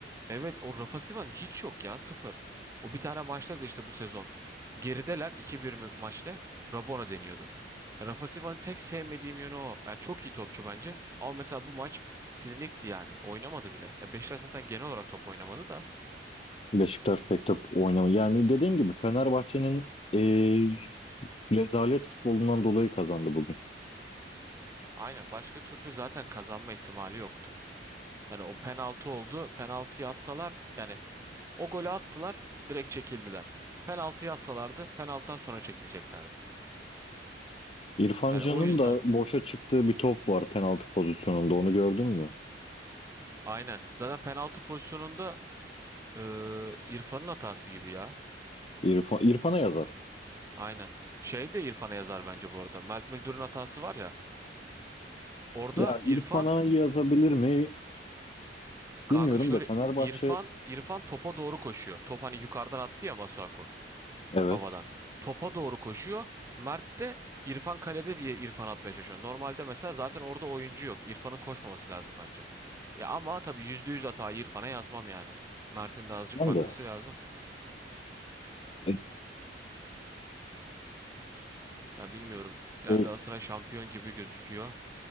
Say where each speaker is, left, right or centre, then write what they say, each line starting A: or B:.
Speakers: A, on the right; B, on the left.
A: Evet o Rafa Silva'nın hiç yok ya sıfır. O bir tane maçta da işte bu sezon. Gerideler iki bir mi maçta Rabona deniyordu. Ya Rafa Silva'nın tek sevmediğim yönü o. Ya çok iyi topçu bence ama mesela bu maç silinikti yani. Oynamadı bile. Ya Beşiktaş zaten genel olarak top oynamadı da.
B: Beşiktaş pek top oynamıyor. Yani dediğim gibi Fenerbahçe'nin eee, rezalet futbolundan dolayı kazandı bugün.
A: Aynen başka türlü zaten kazanma ihtimali yoktu. Yani o penaltı oldu. Penaltıyı atsalar yani o golü attılar direkt çekildiler. Penaltıyı atsalardı penaltıdan sonra çekileceklerdi.
B: İrfan
A: Yani
B: Can'ın
A: o yüzden
B: da boşa çıktığı bir top var penaltı pozisyonunda. Onu gördün mü?
A: Aynen. Zaten penaltı pozisyonunda e, İrfan'ın hatası gibi ya.
B: İrfan, İrfan'a yazar.
A: Aynen. Şey de İrfan'a yazar bence bu arada. Mert Müldür'ün hatası var ya. Orada
B: Ya
A: İrfan
B: İrfan'a yazabilir mi
A: kanka
B: bilmiyorum
A: şöyle
B: da Fenerbahçe
A: İrfan İrfan topa doğru koşuyor. Top hani yukarıdan attı ya Masuaku
B: evet.
A: havadan. Topa doğru koşuyor. Mert de İrfan kalede diye İrfan atmaya çalışıyor. Normalde mesela zaten orada oyuncu yok. İrfan'ın koşmaması lazım bence. Ya ama tabii %100 hatayı İrfan'a yazmam yani. Mert'in de azıcık
B: Ben
A: bakması
B: de.
A: lazım.
B: Evet.
A: Ya bilmiyorum. Yani
B: Ee,
A: Galatasaray şampiyon gibi gözüküyor.